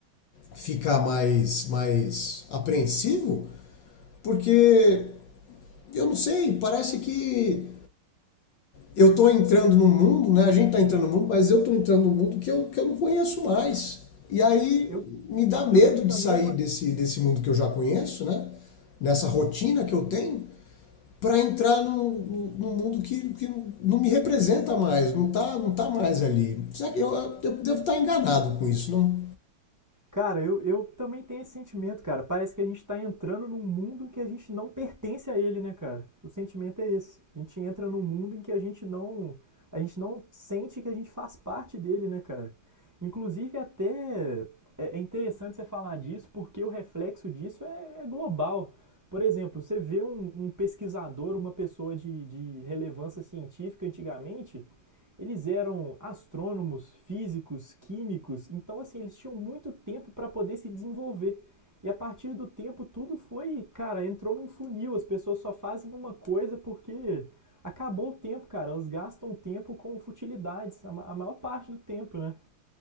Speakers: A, on the left (about 70°); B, on the right (about 25°).
A: ficar mais mais apreensivo, porque eu não sei, parece que eu estou entrando no mundo, né? A gente está entrando no mundo, mas eu estou entrando no mundo que eu, que eu não conheço mais. E aí
B: Eu,
A: me dá medo
B: Eu sinto
A: de
B: a
A: sair
B: mesma.
A: desse, desse mundo que eu já conheço, né? Nessa rotina que eu tenho, para entrar num, num mundo que, que não me representa mais, não tá, não tá mais ali. Será que eu, eu devo estar enganado com isso, não?
B: Cara, eu, eu também tenho esse sentimento, cara. Parece que a gente tá entrando num mundo em que a gente não pertence a ele, né, cara? O sentimento é esse. A gente entra num mundo em que a gente não. A gente não sente que a gente faz parte dele, né, cara? Inclusive, até é é interessante você falar disso, porque o reflexo disso é, é global. Por exemplo, você vê um, um pesquisador, uma pessoa de, de relevância científica antigamente, Eles eram astrônomos, físicos, químicos, então assim, eles tinham muito tempo para poder se desenvolver. E a partir do tempo tudo foi, cara, entrou num funil, as pessoas só fazem uma coisa porque acabou o tempo, cara. Elas gastam tempo com futilidades, a ma- maior parte do tempo, né?